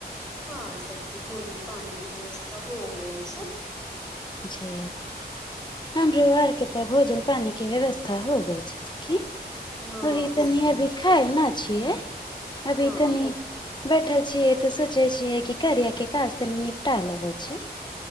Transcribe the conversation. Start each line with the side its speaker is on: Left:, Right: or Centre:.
Centre: हँ सखी भोजन पानी के व्यवस्था हो गेल छै
Left: छै हमरो आर के तऽ भोजन पानी के व्यवस्था हो गेल छै सखी
Centre: हँ
Left: ओही तनी
Centre: सखी
Left: अभी खायल न छियै अभी
Centre: हँ
Left: तनी बैठल छियै तऽ सोचे छियै कि कारिया के काज तनि निपटा लगे छै